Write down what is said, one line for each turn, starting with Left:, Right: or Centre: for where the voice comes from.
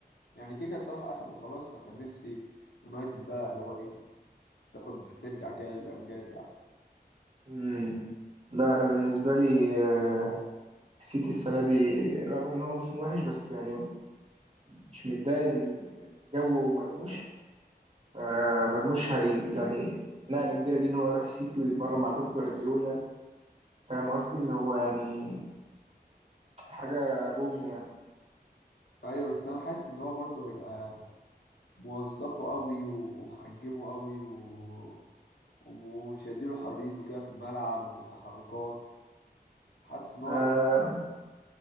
Left: يعني كيكا الصراحه اخده خلاص فكان نفسي يونايتد بقى اللي هو ايه تاخد ترجع كده للامجاد يعني
Right: مم. لا انا بالنسبه لي آه، السيتي السنه دي رغم ان هو موسم وحش بس يعني مش متضايق لان جو مرموش آه، مرموش هي يعني نقله كبيره ليه ان هو يروح السيتي ويتمرن مع بيب جوارديولا فاهم قصدي اللي هو يعني حاجة بوم يعني
Left: ايوه بس انا حاسس ان هو برضو هيبقى موظفه قوي و- ومحجمه قوي و... ومش هيديله حريته كده في الملعب وفي التحركات حاسس ان هو
Right: آه
Left: هيبقى